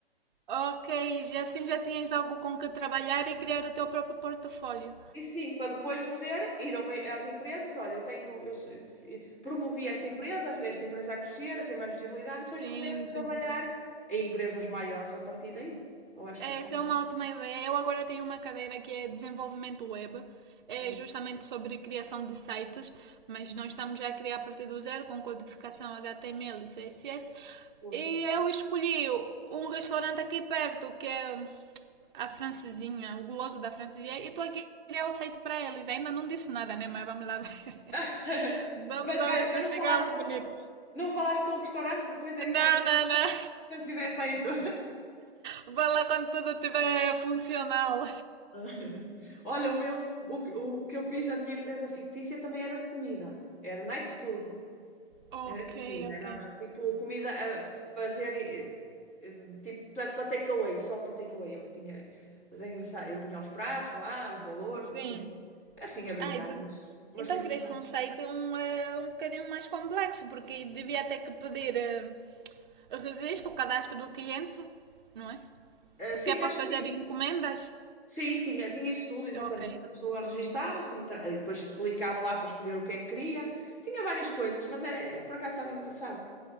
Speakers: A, on the right (about 50°); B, on the left (about 20°).
A: ok, já assim já tinhas algo com que trabalhar e criar o teu próprio portfólio.
B: E sim, para depois poder ir a uma- às empresas, olha, eu tenho, eu se- fi- promovi esta empresa, ajudei esta empresa a crescer, a ter mais visibilidade, e
A: Sim,
B: depois poder
A: sim,
B: trabalhar
A: sim, sim.
B: em empresas maiores a partir daí. Eu acho
A: É,
B: que isso
A: essa
B: também
A: é uma ótima ideia. Eu agora tenho uma cadeira que é desenvolvimento web. É
B: é
A: justamente sobre criação de sites, mas nós estamos já a criar a partir do zero com codificação HTML e CSS.
B: hoje.
A: E eu escolhi um restaurante aqui perto, que é a Francesinha, o guloso da Francesinha, e estou aqui a criar o site para eles. Ainda não disse nada, né? Mas vamos lá ver.
B: <laughs>
A: <laughs> Vamos
B: Mas,
A: lá
B: vai-
A: ver
B: mas
A: se
B: não
A: fica
B: falaste
A: algo
B: com,
A: bonito.
B: não falaste com o restaurante, depois é que
A: Não,
B: vais,
A: não, não.
B: quando estiver feito.
A: Vai lá quando tudo estiver funcional.
B: <laughs> Olha, o meu, o, que- o que eu fiz da minha empresa fictícia também era de comida, era nice food.
A: Ok,
B: Era comida,
A: ok.
B: era tipo comida a fazer, eh, eh, tipo para para takeaway, só para takeaway. Eu tinha, mas é engraçado, eu punha os pratos lá, os valores,
A: Sim.
B: as pessoas assim a brincar,
A: Ai, de-
B: mas, mas
A: Então
B: foi engraçado.
A: quereste um site um, eh, um bocadinho mais complexo, porque devia ter que pedir eh, registro, o cadastro do cliente, não é?
B: Ah,
A: Porque
B: sim,
A: é para
B: acho
A: fazer
B: que tinha.
A: encomendas.
B: Sim, tinha, tinha isso tudo, exatamente.
A: Ok.
B: A pessoa registava-se, entra- e depois clicava lá para escolher o que é que queria. Tinha várias coisas, mas era, por acaso estava engraçado.